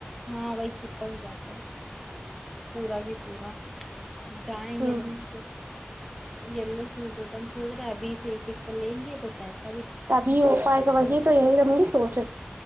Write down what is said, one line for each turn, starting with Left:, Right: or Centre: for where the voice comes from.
Centre: ہاں ا پک جاتا ہے پورا گ پورا جائیں
Right: ہے
Centre: گے دیک یلو سوٹ ہوتا ہے ہم سوچ رہے ابھی سے لیں گے تو پیسے
Right: ت ابھی ہو پائے گا وہی تو یہی ر سچ